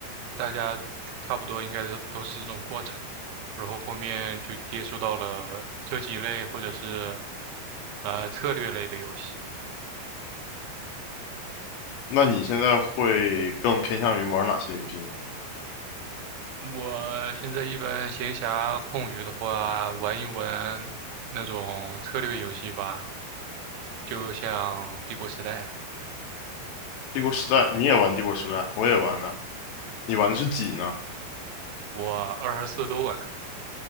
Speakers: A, on the right (about 85°); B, on the left (about 75°).
A: 大家差不多应该都都是这种过程吧，然后后面就接触到了设计类或者是呃策略类的游戏。
B: 那你现在会更偏向于玩哪些游戏呢？
A: 我现在一般闲暇空余的话，玩一玩那种策略游戏吧，就像《帝国时代》，
B: 帝国时代你也玩帝国时代，我也玩的。你玩的是几呢？
A: 我二十四都玩，